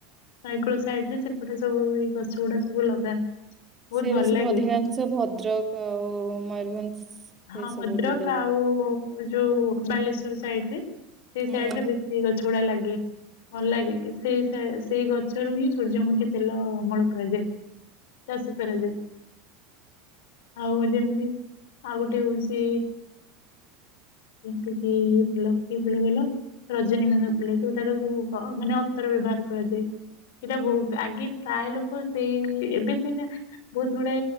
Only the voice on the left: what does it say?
ନାଇକୂଳ ସାଇଡ ରେ ସେପଟେ ସବୁ ଏଇ ଗଛ ଗୁଡା ସବୁ ଲଗାନ୍ତି। ବହୁତ
ଭଲ
ଲାଗେ
ମାନେ
ହଁ
ଭଦ୍ରକ
ଆଉ। ଯୋଉ ବାଲେଶ୍ୱର ସାଇଡ ରେ। ସେଇ
ସାଇଡ ରେ ବେଶୀ ଗଛ ହୁଡ଼ା ଲାଗି ଭଲ ଲାଗେ କି ସେଇ ସେଇ ଗଛରୁ ହିଁ ସୂର୍ଯ୍ୟମୁଖୀ ତେଲ ଅମଳ କରାଯାଏ ଚାଷ କରାଯାଏ ଆଉ ଯେମିତି ଆଉ ଗୋଟେ ହଉଛି ଯେମିତି କି ଫୁଲ କି ଫୁଲ କହିଲ ରଜନୀଗନ୍ଧା ଫୁଲ ଯୋଉଟା ମାନେ ଅତର ବ୍ୟବହାର କରାଯାଏ ସେଇଟା ବହୁତ ଆଗେ ପ୍ରାୟ ଲୋକ ସେଇ ଏବେ ସିନା ବହୁତ ଗୁଡା